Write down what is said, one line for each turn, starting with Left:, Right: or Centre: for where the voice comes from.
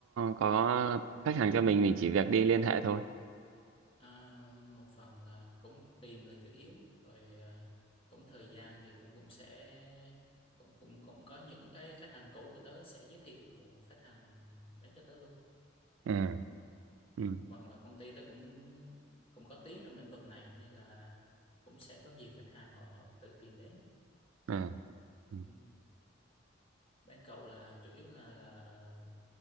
Right: có khách hàng cho mình mình chỉ việc đi liên hệ thôi.
Left: ờ, một phần là cũng tìm là chủ yếu rồi ờ, cũng thời gian thì cũng cũng sẽ cũng cũng cũng có những cái khách hàng cũ của tớ sẽ giới thiệu khách hàng đến cho tớ luôn
Right: Ừ
Left: Ừ.
Right: ừ
Left: một phần là công ty tớ cũng cũng có tiếng trong lĩnh vực này nên là cũng sẽ có nhiều khách hàng họ, họ tự tìm đến
Right: à, ừ.
Left: ừ. Bên cậu là chủ yếu là là ờ,